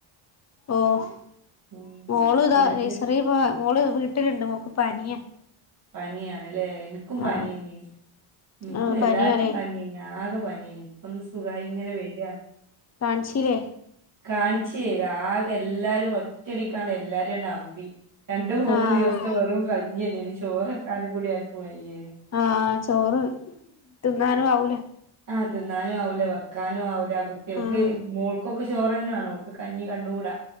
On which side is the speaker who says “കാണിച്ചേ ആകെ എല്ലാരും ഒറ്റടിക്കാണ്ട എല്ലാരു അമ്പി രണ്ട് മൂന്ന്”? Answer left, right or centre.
Right